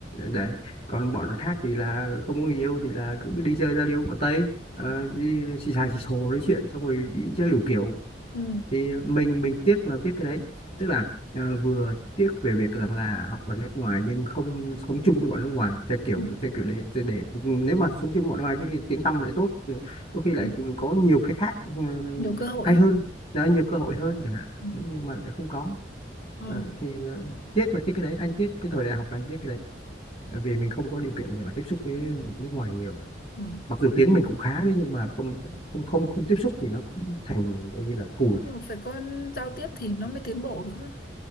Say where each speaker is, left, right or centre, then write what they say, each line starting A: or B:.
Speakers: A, on the left; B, on the left.
A: đấy còn bọn khác thì là không có người yêu thì là cứ đi chơi giao lưu với bọn Tây Ờ,
B: đúng.
A: đi xì xà xì xồ nói chuyện xong rồi đi chơi đủ kiểu
B: Ừ,
A: thì mình mình tiếc là tiếc cái đấy tức là ờ, vừa tiếc về việc rằng là học ở nước ngoài nhưng không sống chung với bọn nước ngoài theo kiểu
B: ừ,
A: theo kiểu để để, để nếu mà sống chung với bọn nước ngoài cái tiếng tăm lại tốt có khi lại
B: ừ.
A: có nhiều cái khác ừ,
B: Nhiều cơ hội
A: hay
B: hơn.
A: hơn đó, nhiều cơ hội hơn chẳng hạn
B: Ừ,
A: Ừ, nhưng mà lại không có
B: ừ.
A: Ờ, thì ờ, tiếc là tiếc cái đấy anh tiếc cái thời đại học là anh tiếc cái đấy bởi vì mình không có điều kiện để mà tiếp xúc với nước ngoài nhiều
B: ừ.
A: mặc dù tiếng mình cũng khá đấy nhưng mà không không không không tiếp xúc thì nó cũng thành coi như là cùn
B: Nhưng mà Phải có giao tiếp thì nó mới tiến bộ được. ấy.